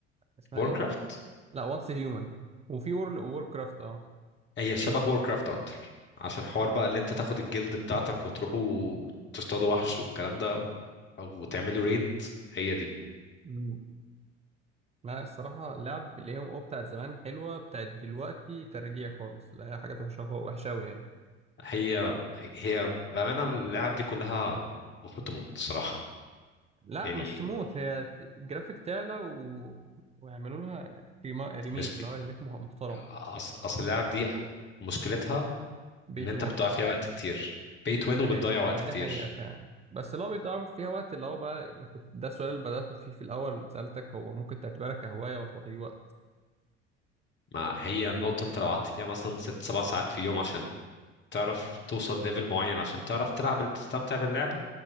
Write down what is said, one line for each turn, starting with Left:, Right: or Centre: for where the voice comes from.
Right: اسمها
Left: ووركرافت
Right: ايه لا واتس هيومن وفي وورل وور كرافت اه
Left: هي شبه ووركرافت اكتر عشان حوار بقى اللي انت تاخد الجلد بتاعتك وتروحوا تصطادوا وحش والكلام ده او تعملوا ريد هي دي
Right: مم. لا الصراحه لعب الاي ام او بتاعت زمان حلوه بتاعت دلوقتي ترجيع خالص لا هي حاجات وحشه خ- وحشه قوي يعني
Left: هي هي بأمانة اللعب دي كلها المفروض تموت صراحة
Right: لا
Left: يعني
Right: مش موت هي الجرافيك تعلى و... ويعملوا لها ريما... ريميك
Left: مش
Right: اللي هو ريميك مه- محترم
Left: أص... أصل اللعب دي مشكلتها
Right: بي
Left: إن أنت
Right: تو
Left: بتضيع
Right: ان
Left: فيها وقت كتير pay to win
Right: هي
Left: وبتضيع وقت
Right: هي
Left: كتير
Right: دي حقيقه فعلا بس اللي هو بيتعرف فيها وقت اللي هو بقى اللي كنت ده السؤال اللي بدأته فيه في الأول سألتك هو ممكن تعتبرها كهواية ولا تضييع وقت
Left: ما هي النقطة أنت لو قعدت فيها مثلا ست سبع ساعات في يوم عشان تعرف توصل ليفل معين عشان تعرف تلعب تستمتع باللعبة